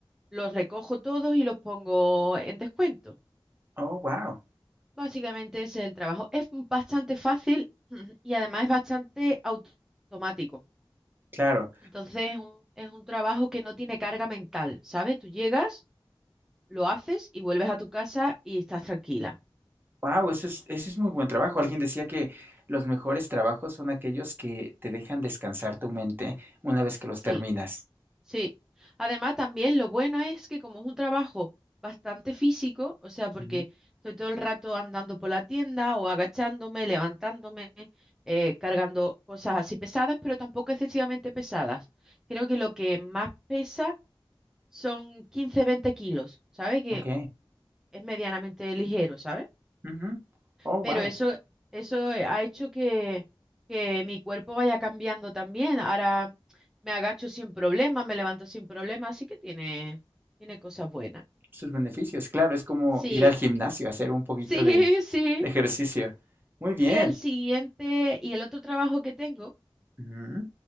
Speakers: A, in the centre; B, on the right.
A: los recojo todos y los pongo en descuento.
B: Oh, wow.
A: Básicamente ese es el trabajo. Es bastante fácil <clears throat> y además es bastante automático.
B: Claro.
A: Entonces es un, es un trabajo que no tiene carga mental, ¿sabes? Tú llegas, lo haces y vuelves a tu casa y estás tranquila.
B: Wow, eso es, eso es muy buen trabajo. Alguien decía que los mejores trabajos son aquellos que te dejan descansar tu mente una vez que los
A: Sí,
B: terminas.
A: sí. Además, también lo bueno es que como es un trabajo bastante físico, o sea, porque
B: Ujú,
A: estoy todo el rato andando por la tienda o agachándome, levantándome, eh, cargando cosas así pesadas, pero tampoco excesivamente pesadas. Creo que lo que más pesa son 15-20 kilos, ¿sabes? Que
B: Ok.
A: es medianamente ligero, ¿sabes?
B: ujú. Oh,
A: Pero
B: wow.
A: eso, eso ha hecho que, que mi cuerpo vaya cambiando también. Ahora me agacho sin problema, me levanto sin problema, así que tiene, tiene cosas buenas.
B: Sus beneficios. Claro, es como
A: Sí,
B: ir al gimnasio, hacer un poquito
A: sí,
B: de,
A: <laughs> sí.
B: de ejercicio. Muy bien.
A: Y el siguiente, y el otro trabajo que tengo
B: Ujú,